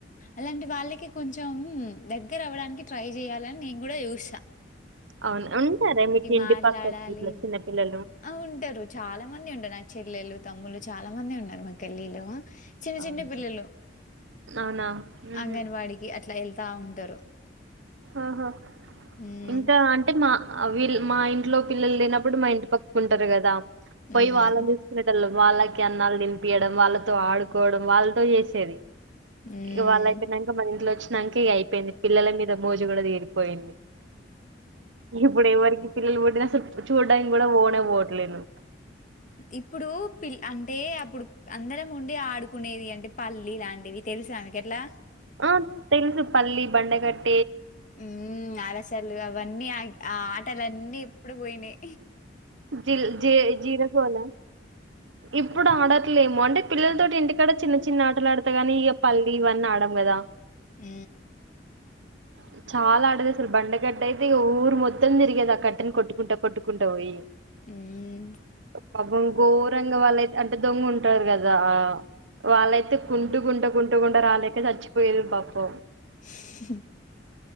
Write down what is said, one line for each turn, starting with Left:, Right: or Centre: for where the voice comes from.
Left: అలాంటి వాళ్ళకి కొంచెం దగ్గర అవ్వడానికి ట్రై చెయాలని నేను కూడా చూసా
Right: అవును ఉంటార మీకు ఇంటి
Left: మాట్లాడాలి.
Right: పక్కకి ఇట్లా చిన్నపిల్లలు
Left: ఆ ఉంటారు చాలా మంది ఉంటారు నా చెల్లెలు తమ్ములు చాలా మంది ఉన్నారు మా గల్లీలో చిన్న
Right: అవును
Left: చిన్న పిల్లలు
Right: అవునా ఉహు
Left: అంగన్వాడికి అట్లా వెళ్తా ఉంటారు
Right: ఆహా
Left: హ్మ్.
Right: ఇంకా అంటే మా వీళ్ళ మా ఇంట్లో పిల్లలు లేనప్పుడు మా ఇంటి పక్కుంటారు కదా
Left: హ్మ్.
Right: పోయి వాళ్ళని చూసుకునేటళ్ళ వాళ్ళకి అన్నాలు తినిపియడం వాళ్ళతో ఆడుకోవడం వాళ్ళతో చేసేది
Left: హ్మ్.
Right: ఇ వాళ్ళయిపోయినాక మన ఇంట్లో వచ్చినాక ఇక అయిపోయింది పిల్లల మీద మోజు కూడా తీరిపోయింది ఇప్పుడ వరకి పిల్లలుడి అ సలు చూడ కూడా పోనా బోటట్లేలు
Left: ఇప్పుడు పిల్ అంటే అప్పుడు అందరం ఉండి ఆడుకునేది అంటే పల్లి లాంటి అవి తెలుసా ఆమె ఎట్లా
Right: ఆ తెలుసు పల్లి బండగట్
Left: ఉ అలసలు అవన్నీ ఆ ఆ ఆటలున్నీ ఇప్పుడు పోయినాయి
Right: జిల్ జ జీర పోల ఇప్పుడు ఆడట్లేమో అంటే పిల్లలతోటి ఇంటికాడ చిన్న చిన్న ఆటలు ఆడతా నీ ఇక పల్లి ఇవన్నీ ఆడ కదా
Left: ఉ
Right: ఉ చాలా ఆడది అసలు బండగట్ట అయితే ఇక ఊరు మొత్తం తిగేది ఆ కట్టని కొట్టుకుంటా కొట్టుకుంటా పోయి
Left: హ్మ్.
Right: పాబం గోరంగ వాళ్ళయితే అంటే దొంగ ఉంటారు కదా వాళ్ళైతే కుంటు గుంట కుంటు గుండ రాలేక చచ్చిపోయేది పాపం
Left: నవ్వు